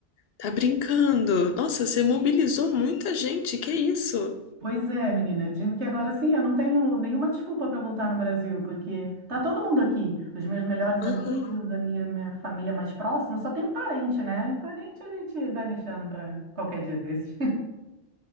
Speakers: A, on the left (about 65°); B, on the right (about 80°).
A: Tá brincando? Nossa, você mobilizou muita gente, que isso?
B: Pois é, menina, eu digo que agora sim, eu não tenho nenhuma desculpa para voltar no Brasil, porque tá todo mundo aqui, os meus melhores amigos,
A: Aham,
B: a minha, minha família mais próxima, só tem um parente, né? E parente a gente vai deixando para qualquer dia desses.